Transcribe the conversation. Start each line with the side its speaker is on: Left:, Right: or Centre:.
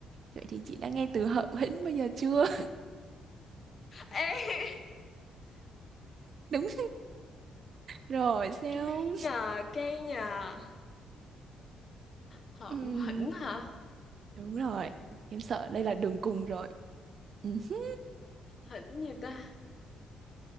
Right: Vậy thì chị đã nghe từ hợm hĩnh bao giờ chưa
Left: Ê,
Right: <laughs> Đúng rồi sao
Left: <laughs> nhờ cái nhờ hợm
Right: Ừm,
Left: hỉnh hả
Right: Đúng rồi Em sợ đây là đường cùng rồi Ừ. hứ.
Left: hỉnh gì ta